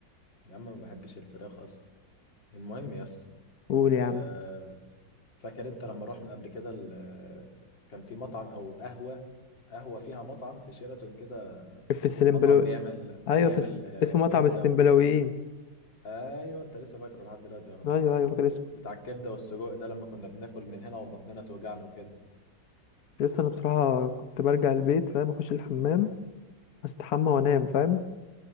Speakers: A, on the left; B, on the left.
A: يا عم ما بحبش الفراخ اصلا المهم يا اسطى
B: قول
A: آه،
B: يا عم
A: فاكر انت لما رحنا قبل كده ال- كان في مطعم او قهوه قهوه فيها مطعم في شيراتون كده
B: في السلمبلو
A: مطعم بيعمل
B: ايوه
A: بيعمل
B: في الس...
A: آه،
B: اسمه
A: كبده
B: مطعم السلمبلاويين
A: و... ايوه انت لسه فاكره لحد دلوقتي اهو
B: ايوه ايوه فاكر اسمه
A: بتاع الكبده والسجق ده لما كنا بناكل من هنا وبطننا توجعنا وكده
B: لسه انا بصراحة كنت برجع البيت فاهم اخش الحمام استحمى وانام فاهم